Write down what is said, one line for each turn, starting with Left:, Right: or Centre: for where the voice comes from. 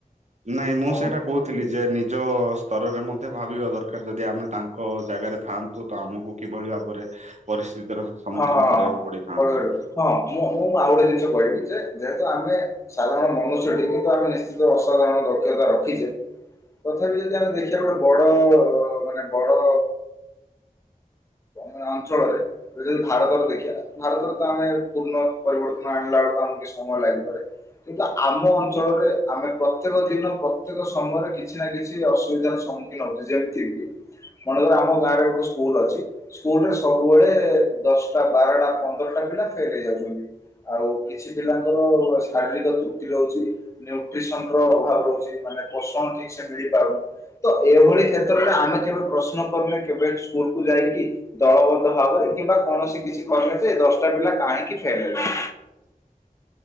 Right: ନାଇଁ ମୁଁ
Left: କଣ
Right: ସେଇଟା କହୁଥିଲି ଯେ ନିଜ ସ୍ତରରେ ମଧ୍ୟ ଭାବିବା ଦରକାର ଯଦି ଆମେ ତାଙ୍କ ଜାଗାରେ ଥାଆନ୍ତୁ ତ ଆମକୁ କିଭଳି ଭାବରେ ପରିସ୍ଥିତିର ସମ୍ମୁଖୀନ
Left: ହଁ
Right: କରିବାକୁ ପଡିଥାନ୍ତା।
Left: ହଁ ହଁ ମୁଁ ମୁଁଁ ଆଉ ଗୋଟେ ଜିନିଷ କହିବି ଯେ ଯେହେତୁ ଆମେ ସାଧାରଣ ମନୁଷ୍ୟ ଟି କିନ୍ତୁ ଆମେ ନିଶ୍ଚିତ ଅସାଧାରଣ ଦକ୍ଷତା ରଖିଛେ। ତଥାପି ଯଦି ଆମେ ଦେଖିବା ଗୋଟେ ବଡ ମାନେ ବଡ ଆଁ ଅଞ୍ଚଳରେ ଯଦି ଭାରତରେ ଦେଖିବା ଭାରତରେ ତ ଆମେ ପୂର୍ଣ୍ଣ ପରିବର୍ତ୍ତନ ଆଣିଲା ବେଳକୁ ଆମକୁ କିଛି ସମୟ ଲାଗିପାରେ। କିନ୍ତୁ ଆମ ଅଞ୍ଚଳରେ ଆମେ ପ୍ରତ୍ୟେକ ଦିନ ପ୍ରତ୍ୟେକ ସମୟରେ କିଛି ନା କିଛି ଅସୁବିଧାର ସମ୍ମୁ କି ନଦି ଦିଆଚି କି ମଣ୍ଡପଟା ତମ ଗାଁରେ ଗୋଟ ସ୍କୁଲ ଅଛି। ସ୍କୁଲରେ ସବୁବେଳେ ଦଶଟା ବାରଟା ପନ୍ଦରଟା ପିଲା ଫେଲ୍ ହେଇ ଯାଉଚନ୍ତି। ଆଉ କିଛି ପିଲାଙ୍କର ଶାରୀରିକ ତ୍ରୁଟି ରହୁଛି। ନ୍ୟୁଟ୍ରୀସନ୍ ର ଅଭାବ ରହୁଛି ମାନେ ପସଣ ଠିକ୍ ସେ ମିଳିପାରୁନି। ତ ଏଭଳି କ୍ଷେତ୍ରରେ ଆମେ କେବେ ପ୍ରଶ୍ନ କରୁନେ କେବେ ସ୍କୁଲ କୁ ଯାଇକି। ଦଳବଦ୍ଧ ଭାବରେ କିମ୍ବା କୌଣସି କିଛି କଲେ ଯେ ଦଶଟା ପିଲା କାହିଁକି ଫେଲ୍ ହେଲେ।